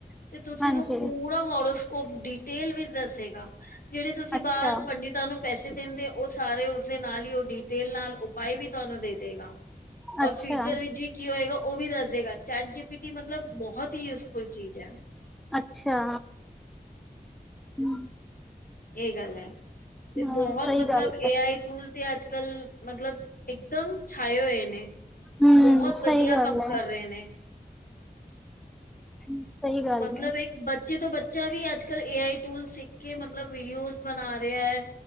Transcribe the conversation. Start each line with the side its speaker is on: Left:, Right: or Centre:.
Left: ਤੇ ਤੁਸੀਂ
Centre: ਹਾਂਜੀ,
Left: ਨੂੰ ਪੂਰਾ ਹੋਰੋਸਕੋਪ ਡਿਟੇਲ ਵਿੱਚ ਦੱਸੇਗਾ। ਜਿਹੜੇ ਤੁਸੀਂ
Centre: ਅੱਛਾ,
Left: ਬਾਹਰ ਪੰਡਿ ਪੰਡਿਤਾਂ ਨੂੰ ਪੈਸੇ ਦਿੰਦੇ, ਉਹ ਸਾਰੇ ਉਸਦੇ ਨਾਲ ਹੀ ਉਹ ਡੀਟੇਲ ਨਾਲ ਉਪਾਏ ਵੀ ਤੁਹਾਨੂੰ ਦੇ ਦੇਗਾ। ਔਰ
Centre: ਅੱਛਾ,
Left: ਫਿਊਚਰ ਵਿੱਚ ਵੀ ਕੀ ਹੋਏਗਾ ਉਹ ਵੀ ਦੱਸ ਦਏਗਾ ਚੈਟ ਜੀ ਪੀ ਟੀ ਮਤਲਬ ਬਹੁਤ ਹੀ ਯੂਜ ਫੁਲ ਚੀਜ਼ ਆ।
Centre: ਅੱਛਾ। ਹੂ।
Left: ਸਹੀ ਗੱਲ ਐ, ਤੇ
Centre: ਹਾਂ,
Left: ਬਹੁਤ
Centre: ਸਹੀ
Left: ਮਤਲਬ
Centre: ਗੱਲ
Left: ਏ ਆਈ ਟੂਲ ਤੇ ਅੱਜ ਕੱਲ੍ਹ ਮਤਲਬ ਇਕਦਮ ਛਾਏ ਹੋਏ ਨੇ।
Centre: ਹੂੰ,
Left: ਕਿ ਬਹੁਤ
Centre: ਸਹੀ
Left: ਵਧੀਆ
Centre: ਗੱਲ
Left: ਕੰਮ ਕਰ
Centre: ਐ,
Left: ਰਹੇ ਨੇ।
Centre: ਸਹੀ ਗੱਲ
Left: ਮਤਲਬ
Centre: ਐ।
Left: ਇੱਕ ਬੱ ਜਦੋਂ ਬੱਚਾ ਵੀ ਅੱਜ ਕੱਲ ਏ ਆਈ ਟੂਲ ਸਿੱਖ ਕੇ ਮਤਲਬ ਵੀਡੀਓਜ਼ ਬਣਾ ਰਿਹਾ ਆ।